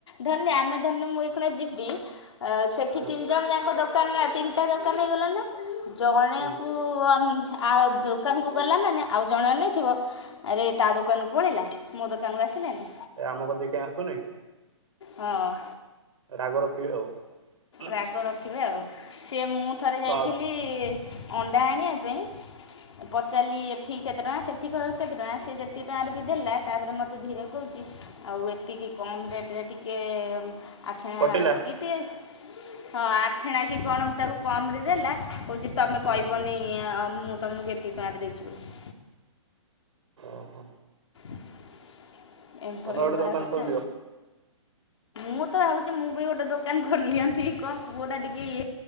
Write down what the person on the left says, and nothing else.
ଧନେ ଆମେ ଧନେ ମୁଁ ଏଇଖିନା ଯିବି ଆ ସେଠି
ତିନି ଜଣ ଯାକ ଦୋକାନ ନା ତିନିଟା ଦୋକାନ ହେଇଗଲା ନା ଜଣେଙ୍କୁ
କୁ ଅନ୍ ଆ ଦୋକାନୁକୁ ଗଲା ମାନେ ଆଉ ଜଣେ ନେଇଥିବ ଆରେ ତା ଦୋକାନ କୁ ପଳେଇଲା ମୋ ଦୋକାନରୁୁ ଆସିଲାନି।
ହଁ
ରାଗ ରଖିବେ ଆଉ। ସିଏ ମୁଁ ଥରେ ଯାଇଥିଲି
ଆଣ୍ଡ ଆଣିଆ ପାଇଁ ପଚାରିଲି ଏଠି କେତେ ଟଙ୍କା ସେଠି କେତେ ଟଙ୍କା ସିଏ ଯେତିକି ଟଙ୍କାରେ ବି ଦେଲା ତାପରେ ମତେ ଧୀର କହୁଚି ଆଉ ଏତିକି କମ୍ ରେଟ୍ ରେ ଟିକେ ଆଠେଣା
କି ଟିକେ ହଁ ଆଠେଣା କିି କଣ ମୁଁ ତାକୁ କମ୍ ରେ ଦେଲା, କଉଚି ତମେ କଇବନି
ମୁଁ ତମୁକୁ ଏତିକି ଟଙ୍କା ରେ ଦେଇଚି ବୋଲି।
<unintelligible> ଏଭଳି
ଏଇଭଳିଆ
କଥା
ମୁଁ ତ ଭାବୁଛି, ମୁଁ ବି ଗୋଟେ ଦୋକାନ ଖୋଲି ଦିଅନ୍ତି। କଣ ପୁଅ ଟା ଟିକେ ଇଏ